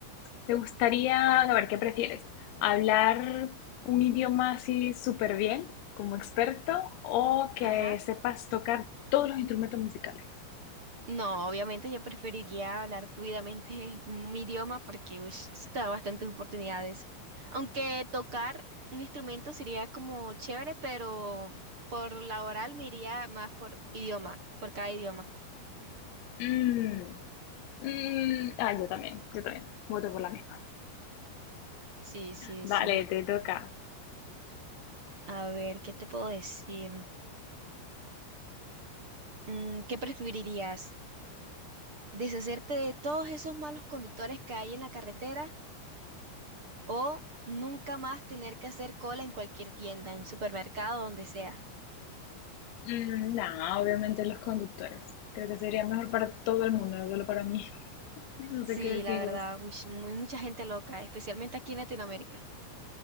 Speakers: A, on the left (about 80°); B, on the right (about 25°).
A: ¿te gustaría, a ver, qué prefieres? ¿Hablar un idioma así súper bien, como experto, o que
B: Ajá.
A: sepas tocar todos los instrumentos musicales?
B: No, obviamente yo preferiría hablar fluidamente mi idioma porque ush, se te da bastantes oportunidades. Aunque tocar un instrumento sería como chévere, pero por la oral me iría más por idioma, por cada idioma.
A: Mm, mm, ah, yo también, yo también. Voto por la misma.
B: Sí, sí,
A: Vale,
B: sí.
A: te toca.
B: A ver, ¿qué te puedo decir? Mm, ¿qué preferirías? ¿Deshacerte de todos esos malos conductores que hay en la carretera o nunca más tener que hacer cola en cualquier tienda, en un supermercado, donde sea?
A: Mm, no, obviamente los conductores. Creo que sería mejor para todo el mundo, no solo para mí. <laughs> No
B: Sí,
A: sé qué decís
B: la verdad,
A: vos.
B: uy, sí, muy, mucha gente loca, especialmente aquí en Latinoamérica. <laughs>